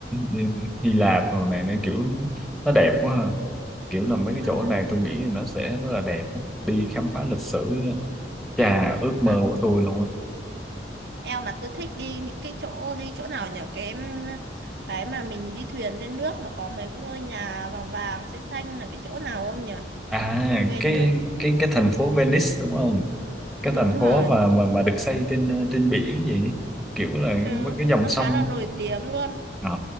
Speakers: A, in the centre; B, on the right.
A: ờ, Hy Lạp rồi này nó kiểu nó đẹp quá ha kiểu là mấy cái
B: ừ
A: chỗ này tôi nghĩ nó sẽ rất là đẹp đi khám phá lịch sử chà ước mơ
B: mà
A: của tôi luôn á.
B: eo mà tôi thích đi những cái chỗ đi chỗ nào nhỉ cái cái mà mình đi thuyền lên nước mà có mấy cái ngôi nhà vàng vàng xanh xanh là cái chỗ nào không nhỉ
A: à
B: tôi quên
A: cái
B: rồi
A: cái cái thành phố Venice đúng không cái
B: đúng
A: thành
B: rồi
A: phố mà mà mà được xây trên ờ, trên biển vậy kiểu là
B: ừ
A: mấy cái dòng
B: nó
A: sông
B: khá là nổi tiếng luôn
A: Ờ